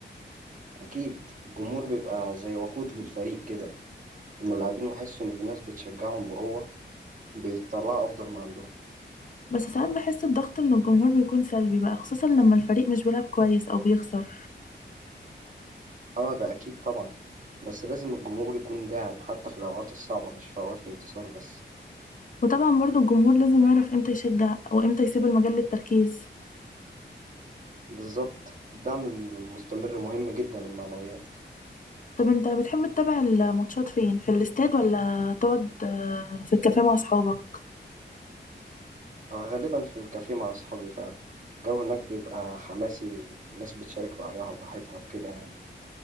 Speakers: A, on the right; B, on the left.
A: اكيد الجمهور بيبقى زي وقود للفريق كده لما اللاعبين يحسوا ان في ناس بتشجعهم بقوة بيطلعوا افضل ما عندهم
B: بس ساعات بحس الضغط من الجمهور بيكون سلبي بقى خصوصا لما الفريق مش بيلعب كويس أو بيخسر
A: اه ده اكيد طبعا بس لازم الجمهور يكون داعم حتى في الاوقات الصعبة مش في اوقات الانتصار بس
B: وطبعا برضو الجمهور لازم يعرف إمتى يشجع وإمتى يسيب المجال للتركيز
A: بالظبط الدعم المستمر مهم جدا للمعنويات
B: طب أنت بتحب تتابع الماتشات فين في الاستاد ولا تقعد آه، في الكافيه مع أصحابك
A: آه، غالبا في الكافيه مع اصحابي فعلا الجو هناك بيبقى حماسي والناس بتشارك رأيها براحتها وكده يعني